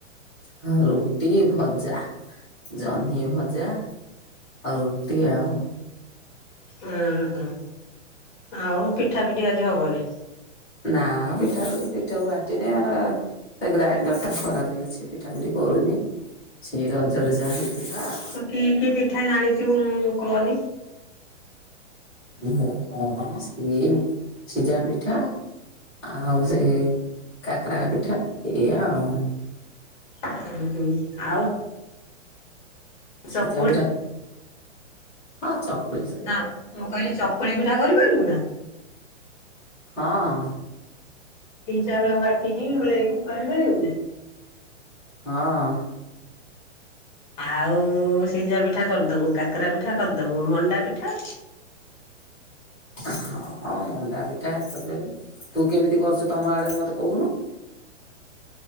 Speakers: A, in the centre; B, on the left (about 40°).
A: ହଁ ରୁଟି, ଭଜା, ଜହ୍ନି ଭଜା। ଆଉ ରୁଟି ଆଉ
B: ଉଁ ହଁୁ ଆଉ ପିଠା ପିଠି ଆଜି ହବନି?
A: ନା ପିଠା ପିଠି ପିଠଉ ବାଟିନେଇ ଏରା ସେ ଗ୍ରାଇଣ୍ଡର ଟା ଖରାପ ହେଇଛି ପିଠା ପିଠି କରୁନି ସେଇ ରଜରେ ଯାହା ହେଇ ଥିଲା ଆଉ।
B: କି କି ପିଠା ଜାଣିଚୁ ମୁ କହନି।
A: ମୁଁ କଣ ସିଏ ସିଝା ପିଠା ଆଉ ସେ କାକରା ପିଠା ଏଇଆ ଆଉ।
B: ହୁଁ ହୁଁ ଆଉ ଚକୁଳି
A: ସିଜା ପିଠା ହଁ ଚକ
B: ନା ମୁଁ କହିଲି ଚକୁଳି ପିଠା କରିପାରିବୁ ନା?
A: ହଁ
B: ବିରି, ଚାଉଳ ବାଟିକି ଗୋଳେଇକି କରିିପାରିବୁ ନା?
A: ହଁ
B: ଆଉ ସିଝା ପିଠା କରିଦବୁ, କାକରା ପିଠା କରିଦବୁ, ମଣ୍ଡା ପିଠା?
A: ହଁ, ହଁ ମଣ୍ଡା ପିଠା କରିପାରିବି ତୁ କେମିତି କରୁଛୁ ତମ ଆଡେ ମତେ କହୁନୁ?